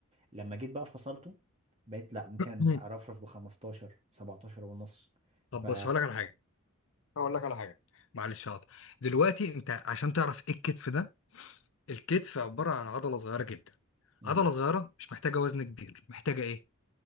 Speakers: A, on the right; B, on the left.
A: لما جيت بقى فصلته بقيت لا ممكن
B: مم.
A: أرفرف ب 15 17 ونص
B: طب
A: ف
B: بص هقول لك على حاجه هقول لك على حاجه معلش هقطع دلوقتي انت عشان تعرف ايه الكتف ده الكتف عباره عن عضله صغيره جدا
A: مم.
B: عضله صغيره مش محتاجه وزن كبير محتاجه ايه